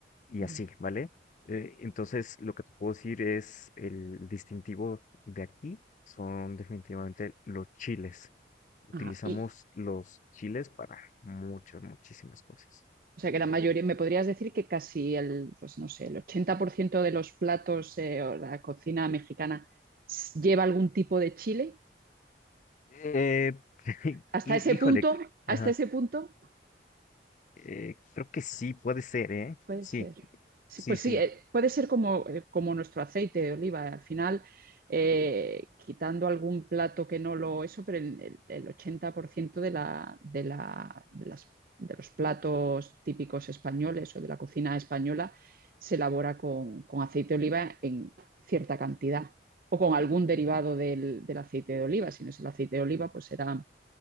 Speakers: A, on the left; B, on the right.
A: y
B: Bien.
A: así, ¿vale? Eh, entonces, lo que te puedo decir es el distintivo de aquí son definitivamente los chiles. Utilizamos
B: Ajá. Y,
A: los chiles para muchas, muchísimas cosas.
B: O sea que la mayoría, me podrías decir que casi el, pues no sé, el 80% de los platos eh, o la cocina mexicana s- lleva algún tipo de chile.
A: Eh, <laughs>
B: Hasta
A: hí-
B: ese
A: híjole,
B: punto, hasta
A: ajá,
B: ese punto.
A: eh, creo que sí puede ser, ¿eh?
B: Puede
A: Sí,
B: ser. Sí,
A: sí,
B: pues
A: sí.
B: sí, eh, puede ser como, eh, como nuestro aceite de oliva. Al final, eh, quitando algún plato que no lo eso, pero el, el- el 80% de, la, de, la- de las- de los platos típicos españoles o de la cocina española se elabora con, con aceite de oliva en cierta cantidad o con algún derivado del, del aceite de oliva. Si no es el aceite de oliva, pues será